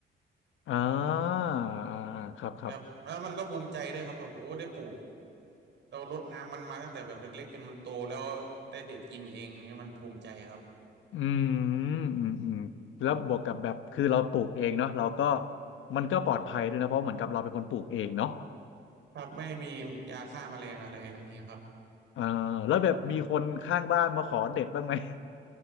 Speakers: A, on the left (about 80°); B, on the right (about 65°).
A: อ่าอ่าอ่าครับครับ
B: แบบแล้วมันก็ภูมิใจด้วยครับแบบโอ้ได้ปลูกเรารดน้ำมันมาตั้งแต่แบบเล็กๆจนมันโตแล้วได้เด็ดกินเองอย่างเงี้ยมันภูมิใจครับ
A: อืมอืมอืมแล้วบวกกับแบบคือเราปลูกเองเนาะเราก็มันก็ปลอดภัยด้วยนะเพราะเหมือนกับเราเป็นคนปลูกเองเนาะ
B: ครับไม่มียาฆ่าแมลงอะไรอย่างเงี้ยครับ
A: เออแล้วแบบมีคนข้างบ้านมาขอเด็ดบ้างไหม <laughs>